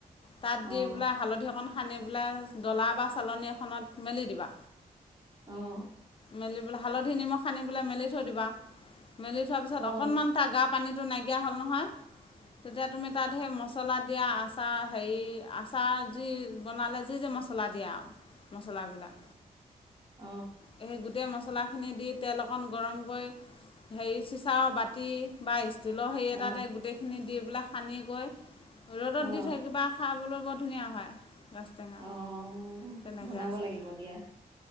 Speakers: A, on the left; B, on the right.
A: তাত দি
B: অঁ অঁ অঁ অঁ
A: পেলাই হালধি অকণ সানি পেলাই ডলা বা চালনী এখনত মেলি দিবা
B: অহ
A: মেলি পেলাই হালধি নিমখ সানি পেলাই মেলি থৈ দিবা মেলি থোৱাৰ পিছত অকণমান
B: অঁ
A: তাৰ গা পানী টো নাইকিয়া হ'ল নহয় তেতিয়া তুমি তাত সেই মছলা দিয়া আচাৰ হেৰি আচাৰ যি বনালে যি যি মছলা দিয়ে আও মচলা বিলাক
B: অঁ
A: সেই গোটেই মচলা খিনি দি তেল অকণ গৰম কৰি হেৰি চিচাও বাতি বা তিলৰ সেৰি এটাতে
B: অঁ
A: গোটেই বিলাক সানি কৈ ৰ'দত
B: অঁ
A: দি থাকিবা খাবলৈ বৰ ধুনীয়া হয় গাছ টেঙা
B: অহ
A: তেনেকৈ
B: বনাব
A: আচা
B: লাগিব দিয়া